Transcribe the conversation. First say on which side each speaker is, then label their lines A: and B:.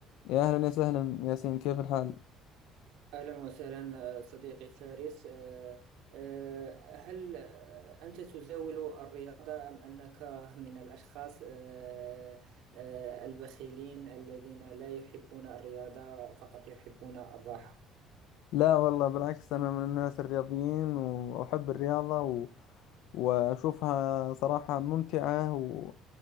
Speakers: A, on the left (about 75°); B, on the right (about 90°).
A: يا أهلا يا سهلا ياسين كيف الحال؟
B: أهلا وسهلا آه، صديقي فارس آه، آه، هل آه، أنت تزاول الرياضة أم أنك من الأشخاص آه، آه، البخيلين الذين لا يحبون الرياضة فقط يحبون الراحة؟
A: لا والله بالعكس أنا من الناس الرياضيين وأحب الرياضة و... وأشوفها صراحة ممتعة و...